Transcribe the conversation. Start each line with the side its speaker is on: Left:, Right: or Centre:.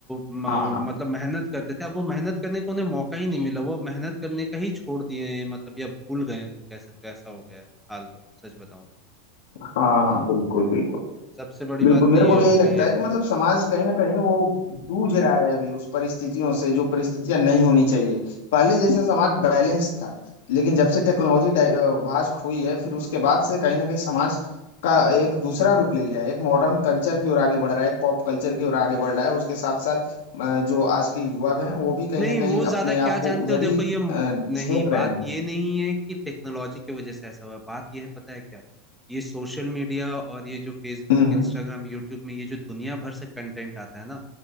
Centre: म-
Left: हाँ हाँ
Centre: मतलब मेहनत करते थे अब वो मेहनत करने को उन्हें मौका ही नहीं मिला वो अब मेहनत करने का ही छोड़ दिए हैं मतलब या भूल गए हैं तुम कह सकते हो ऐसा हो गया है हाल तो सच बताऊं
Left: हाँ हाँ बिल्कुल बिल्कुल
Centre: सबसे बड़ी
Left: बिल्कुल
Centre: बात
Left: मेरे
Centre: तो ये
Left: को भी
Centre: हो
Left: यही लगता
Centre: गई है
Left: है कि मतलब समाज कहीं ना कहीं वो जूझ रहा है अभी उस परिस्थितियों से जो परिस्थितियां नहीं होनी चाहिए पहले जैसे समाज बैलेंस था लेकिन जब से टेक्नोलॉजी वास्ट हुई है फिर उसके बाद से कहीं ना कहीं समाज का एक दूसरा रूप ले लिया है एक मॉडर्न कल्चर की ओर आगे बढ़ रहा है एक पॉप कल्चर की ओर आगे बढ़ रहा है उसके साथ साथ अ, जो आज के युवा हैं वो भी कहीं
Centre: नहीं
Left: ना कहीं
Centre: वो ज्यादा
Left: अपने
Centre: क्या
Left: आप को
Centre: जानते
Left: उधर
Centre: हो देखो
Left: ही
Centre: ये म-
Left: अ, झोंक
Centre: नहीं बात
Left: रहे हैं
Centre: ये नहीं है कि टेक्नोलॉजी की वजह से ऐसा हुआ बात ये है पता है क्या ये सोशल मीडिया और ये जो फेसबुक
Left: हम्म
Centre: इंस्टाग्राम
Left: हम्म,
Centre: यूट्यूब में ये जो दुनिया भर से कंटेंट आता है ना